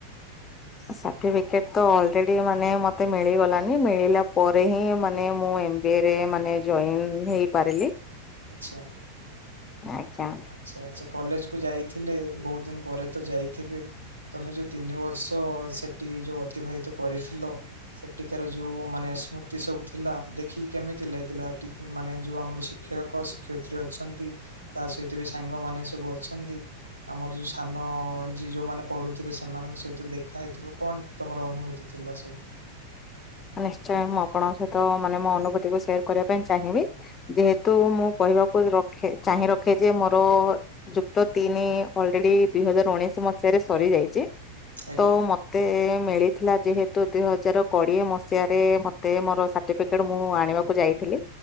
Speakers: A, on the left (about 25°); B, on the right (about 85°).
A: ସାର୍ଟିଫିକେଟ ତ ଅଲରେଡି ମାନେ ମତେ ମିଳିଗଲାନି। ମିଳିଲା ପରେ ହିଁ ମାନେ ମୁଁ ଏମିତି ଇଏରେ ଜଏନ୍ ହେଇପାରିଲି।
B: ଆଚ୍ଛା।
A: ଆଜ୍ଞା।
B: ଆଚ୍ଛା ଆଚ୍ଛା। କଲେଜ କୁ ଯାଇଥିଲେ ବହୁତ ଦିନ ପରେ ତ ଯାଇଥିବେ ତମେ ଯୋଉ ତିନି ବର୍ଷ ସେଠି ଯୋଉ ଅତିବାହିତ କରିଥିଲ ସେଠିକାର ଯୋଉ ମାନେ ସ୍ମୃତି ସବୁ ଥିଲା। ଦେଖିକି କେମିତି ଲାଗିଲା? ମାନେ ଯୋଉ ଆମର ଟି ଶିକ୍ଷ ଶିକ୍ଷକ ଶିକ୍ଷୟତ୍ରୀ ଅଛନ୍ତି। ତା ସହିତ ବି ସାଙ୍ଗମାନେ ସବୁ ଅଛନ୍ତି। ଆମର ଯୋଉ ସାନ ଯୋଉମାନେ ପଢୁଥିବେ ସେମାନଙ୍କ ସହିତ ଦେଖା ହେଇଥିବ। କଣ ତମର ଅନୁଭୂତି ଥିଲା ସବୁ?
A: ନିଶ୍ଚୟ ମୁଁ ଆପଣଙ୍କ ସହିତ ମାନେ ମୋ ଅନୁଭୂତିକୁ ସେୟାର କରିବା ପାଇଁ ଚାହିଁବି। ଯେହେତୁ ମୁଁ କହିବାକୁ ରଖେ ଚାହିଁ ରଖେ ଯେ ମୋର ଯୁକ୍ତ ତିନି ଅଲରେଡି ଦୁଇ ହଜାର ଉଣେଇଶି ମସିହାରେ ସରିଯାଇଛି।
B: ଆଜ୍ଞା
A: ତ ମତେ ମିଳିଥିଲା ଯେହେତୁ ଦୁଇ ହଜାର କୋଡିଏ ମସି। ମତେ ମୋର ସାର୍ଟିଫିକେଟ ମୁଁ ଆଣିବାକୁ ଯାଇଥିଲି